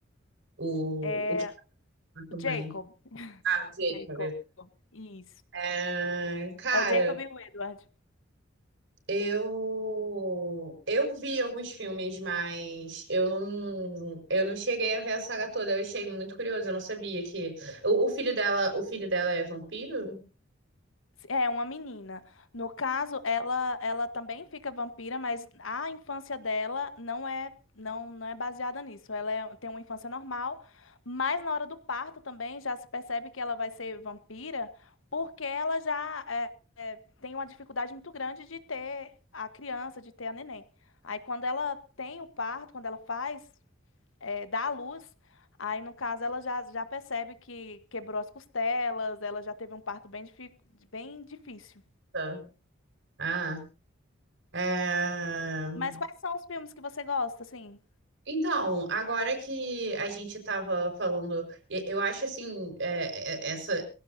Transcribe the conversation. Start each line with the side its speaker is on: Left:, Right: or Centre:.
Right: O,
Left: É
Right: o que também.
Left: o Jacob,
Right: Ah, Jacob.
Left: Jacob, isso.
Right: É, cara,
Left: É o Jacob e o Edward.
Right: Eu, eu vi alguns filmes, mas eu não, eu não cheguei a ver a saga toda. Eu achei muito curioso, eu não sabia que o, o filho dela, o filho dela é vampiro?
Left: É uma menina. No caso, ela ela também fica vampira, mas a infância dela não é não não é baseada nisso. Ela é- tem uma infância normal, mas na hora do parto também já se percebe que ela vai ser vampira, porque ela já é, é, tem uma dificuldade muito grande de ter a criança, de ter a neném. Aí quando ela tem o parto, quando ela faz é, dá à luz. Aí, no caso, ela já, já percebe que quebrou as costelas, ela já teve um parto bem, difi- bem difícil.
Right: Tá. Ah, é...
Left: Mas quais são os filmes que você gosta, assim?
Right: Então, agora que a gente estava falando, e- eu acho assim, é, é, essa,